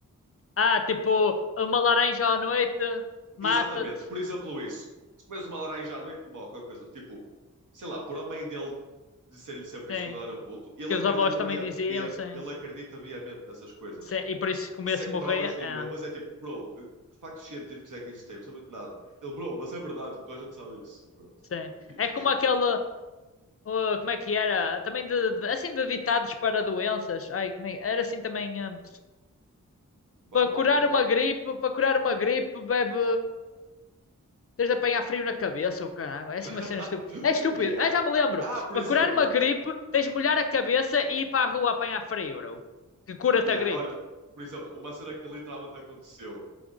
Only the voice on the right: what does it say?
Exatamente. Por exemplo, isso. Se comes uma laranja à noite, morre qualquer coisa. Tipo, sei lá, por a mãe dele dizer-lhe sempre
isso quando ele era puto, ele
acredita
via,
via,
ele acredita viamente nessas coisas.
Sem
provas nenhumas,
é tipo, bro, eh, que factos científicos é que isso tem? Não sabia de nada. Ele, bro, mas é verdade, tipo, toda a gente sabe isso. E pronto.
E
fiquei
irritado.
Pá,
não
estou a ver.
<laughs>
Yeah.
Ah, por
exemplo,
yeah,
olha, por exemplo, uma cena que literalmente aconteceu.